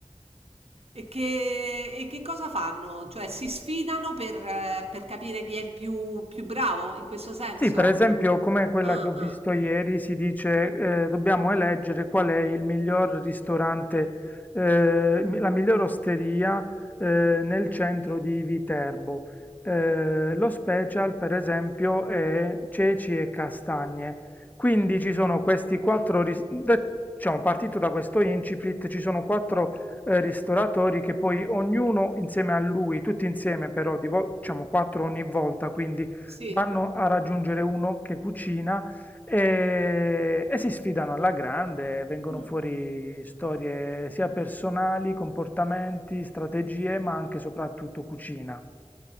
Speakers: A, on the right (about 65°); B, on the left (about 15°).
A: E che, e che cosa fanno? Cioè, si sfidano per, eh, per capire chi è il più, più bravo in questo senso?
B: Sì, per esempio, come quella
A: Ah,
B: che ho visto
A: ah,
B: ieri, si dice eh, dobbiamo eleggere qual è il miglior ristorante, eh, mi- la miglior osteria eh, nel centro di Viterbo. Eh, lo special, per esempio, è ceci e castagne. Quindi ci sono questi quattro, ris- de- diciamo, partito da questo incipit, ci sono quattro eh, ristoratori che poi ognuno insieme a lui, tutti insieme però, di vol- diciamo quattro ogni volta, quindi
A: sì.
B: vanno a raggiungere uno che cucina e, e si sfidano alla grande, vengono
A: Mm.
B: fuori storie sia personali, comportamenti, strategie, ma anche e soprattutto cucina.